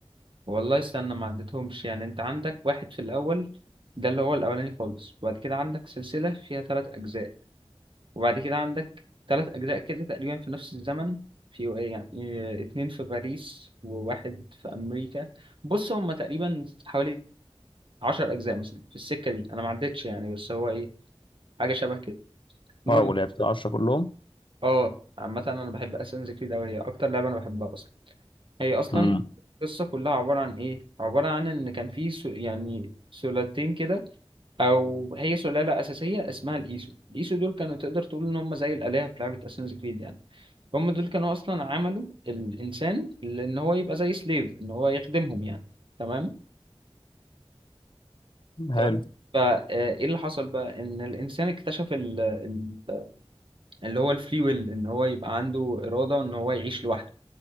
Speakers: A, on the right (about 55°); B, on the left (about 50°).
A: والله استنى ما عدتهمش يعني انت عندك واحد في الاول ده اللي هو الاولاني خالص وبعد كده عندك سلسله فيها ثلاث اجزاء وبعد كده عندك ثلاث أجزاء كده تقريبا في نفس الزمن في يعني آه، اتنين في باريس وواحد في أمريكا بص هما تقريبا حوالي عشر أجزاء مثلا في السكة دي أنا ما عدتش يعني بس هو إيه حاجة شبه كده المهم
B: اه ولعبت 10 كلهم
A: اه عامة أنا بحب أساسنز كريد أوي هي أكتر لعبة أنا بحبها أصلا هي أصلا
B: امم
A: القصة كلها عبارة عن إيه؟ عبارة عن إن كان في سو... يعني سلالتين كده أو هي سلالة أساسية اسمها الإيسو الإيسو دول كانوا تقدر تقول إن هم زي الآلهة في لعبة أساسنز كريد يعني هم دول كانوا اصلا عملوا الانسان لان هو يبقى زي سليف ان هو يخدمهم يعني تمام طيب
B: حلو
A: فايه اللي حصل بقى ان الانسان اكتشف ال... ال... اللي هو الفري ويل ان هو يبقى عنده اراده ان هو يعيش لوحده